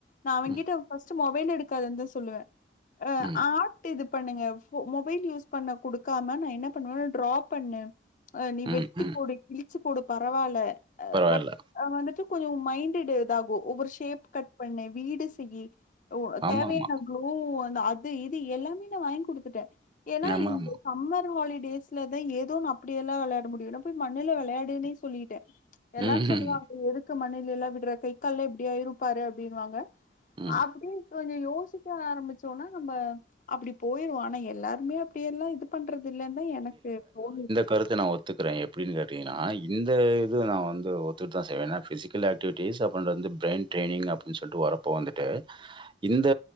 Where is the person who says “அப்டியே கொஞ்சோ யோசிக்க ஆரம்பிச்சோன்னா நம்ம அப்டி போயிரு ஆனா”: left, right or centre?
Left